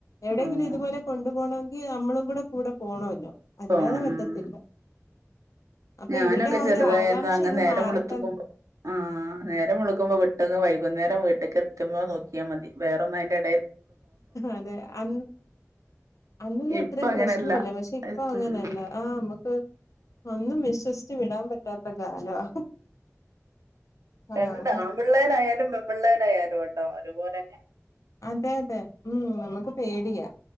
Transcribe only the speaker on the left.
എവിടെയെങ്കിലും
ഇതുപോലെ കൊണ്ടു പോണൊ- ങ്കി നമ്മളും കൂടെ കൂടെ പോണല്ലോ അല്ലാതെ
പറ്റത്തില്ല
അപ്പൊ
ഇവരുടെ ആ
ഒരു ആകാംക്ഷ
മാറട്ടെ
അതെ അ അന്നൊന്നും
ഇത്രേം
പ്രശ്നം ഇല്ല പക്ഷെ ഇപ്പൊ അങ്ങനല്ല
ആ മ്മക്ക് ഒന്നും വിശ്വസിച്ചു വിടാൻ പറ്റാത്ത കാലവാ ആഹ്
അതെ അതെ ഉം നമുക്ക് പേടിയാ